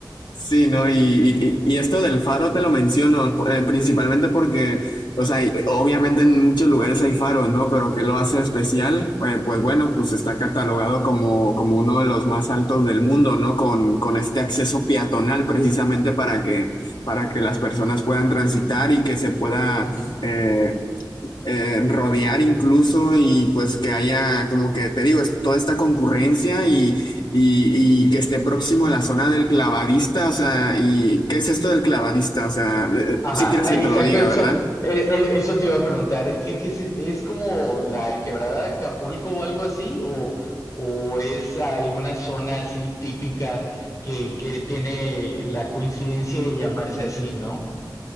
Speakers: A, on the left; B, on the left.
A: sí, ¿no?
B: Y,
A: Y, y- y esto del faro te lo menciono, eh, principalmente porque, o sea, y- obviamente en muchos lugares hay faros, ¿no? Pero qué lo hace especial? Eh, pues bueno, pues está
B: ujú,
A: catalogado como, como uno de los más altos del mundo, ¿no? Con, con este acceso peatonal, precisamente para que, para que las personas puedan transitar y que se pueda
B: ujú.
A: eh, eh, rodear incluso y pues que haya, como que te digo, es toda esta concurrencia y, y, y que esté próximo a la zona del clavadista, o sea, ¿y qué es esto del clavadista? O sea,
B: Ajá,
A: si quieres
B: ah,
A: que
B: exacto,
A: te lo diga,
B: eso,
A: ¿verdad?
B: eh, eh, eso te iba a preguntar. ¿Qué, qué es, es como la quebrada de Acapulco o algo así? ¿O, o es alguna zona así típica que, que tiene la coincidencia de llamarse así, ¿no?